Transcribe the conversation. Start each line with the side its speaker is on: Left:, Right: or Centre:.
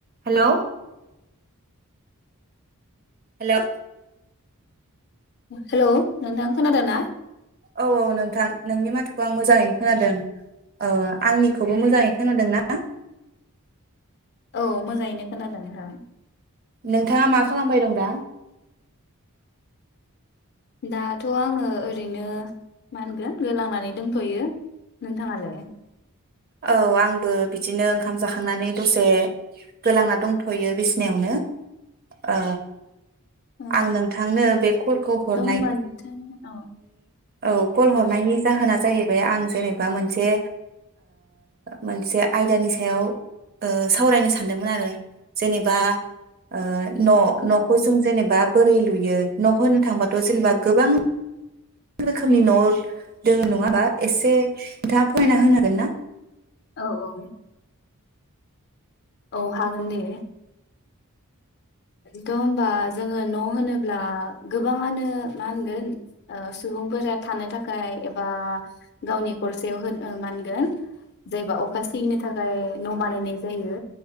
Right: Hello hello
Left: hello नोंथां खोनादों ना
Right: औ औ नोंथां नोंनि माथोखौ आं मोजाङैनो खोनादों ओ आंनि खौबो मोजाङै खोनादों ना
Left: औ मोजाङैनो खोनादों नोंथां
Right: नोंथाङा मा खालामबाय दं दा
Left: दाथ' आङो ओरैनो मा होनगोन गोलांनानै दोनथ'यो नोंथाङालाय
Right: औ आंबो बिदिनो ओंखाम जाखांनानै दसे गोलांना दंथ'यो बिसिनायावनो ओ
Left: औ
Right: आं नोंथांनो बे कलखौ हरनाय
Left: थ' होमबा नोंथां औ
Right: औ कल हरनायनि जाहोना जाहैबाय आं जेनेबा मोनसे मोनसे ओ आयदानि सायाव ओ सावरायनो सानदोंमोन आरो जेनेबा ओ न' न'खौ
Left: औ
Right: जों जेनेबा बोरै लुयो न' होननो थांबाथ' जेनेबा गोबां गोबां‌ रोखोमनि न दोङो नङा हाबा एसे नोंथाङा फरायना होनो हागोन ना
Left: औ औ औ हागोन दे थ' होमबा जोङो न' होनोब्ला गोबाङानो मा होनगोन ओ सुबुंफोरा थानो थाखाय एबा गावनि खरसेयाव मा होनगोन जायबा अखा सिगिनो थाखाय न' बानायनाय जायो